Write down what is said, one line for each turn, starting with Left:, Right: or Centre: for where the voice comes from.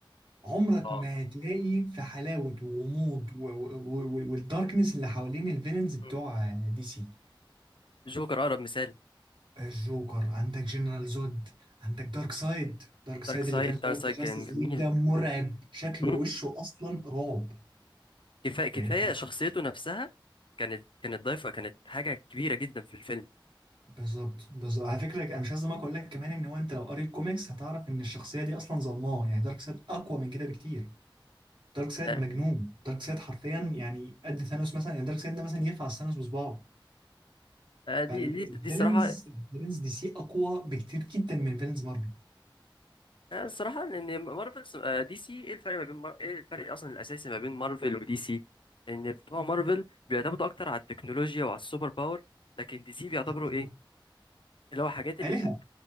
Right: عمرك
Left: اه
Right: ما هتلاقي في حلاوة وغموض و- و- و- والداركنس اللي حوالين الفيلنز بتوع
Left: مم.
Right: دي سي
Left: جوكر اقرب مثال
Right: الجوكر عندك جنرال زود عندك دارك سايد دارك سايد
Left: دارك سايد
Right: اللي كان ظاهر
Left: دارك سايد
Right: في
Left: كان
Right: جاستس
Left: جميل
Right: ليج ده مرعب شكله
Left: مم.
Right: وشه اصلا رعب
Left: كفايه كفايه
Right: فاهم
Left: شخصيته نفسها كانت كانت ضايفه كانت حاجه كبيره جدا في الفيلم
Right: بالظبط بالظبط على فكره انا مش عايز أزعلك اقول لك كمان ان هو انت لو قريت كوميكس هتعرف ان الشخصيه دي اصلا ظلماه يعني دارك سايد اقوى من كده بكتير دارك سايد
Left: آه،
Right: مجنون دارك سايد حرفيا يعني قد ثانوس مثلا يعني دارك سايد ده مثلا ينفع ثانوس بصباعه
Left: آه، دي
Right: فالفيلنز
Left: دي دي الصراحه
Right: الفيلنز دي سي اقوى بكتير جدا من فيلنز مارفل
Left: آه، الصراحة إن مارفل آه، دي سي إيه الفرق ما بين مار... إيه الفرق أصلا الأساسي ما بين مارفل ودي سي؟ إن بتوع مارفل بيعتمدوا أكتر على التكنولوجيا وعلى السوبر باور لكن دي سي بيعتبروا
Right: مظبوط
Left: إيه؟ اللي هو حاجات اللي
Right: آلهة